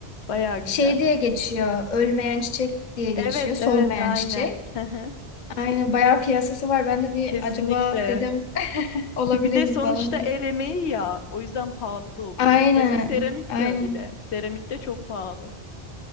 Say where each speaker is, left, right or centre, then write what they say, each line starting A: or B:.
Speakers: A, on the left; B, on the left.
A: Baya güzel.
B: Şey diye geçiyor. Ölmeyen çiçek diye geçiyor.
A: Evet
B: Solmayan
A: evet aynen.
B: çiçek.
A: Hı hı.
B: Aynen bayağı piyasası var. Ben de bir
A: Kesinlikle
B: acaba dedim <laughs> olabilir
A: Bir de
B: mi
A: sonuçta
B: falan
A: el
B: diye.
A: emeği ya. O yüzden pahalı da oluyor.
B: Aynen.
A: Mesela seramik
B: Aynen.
A: de öyle. Seramik de çok pahalı.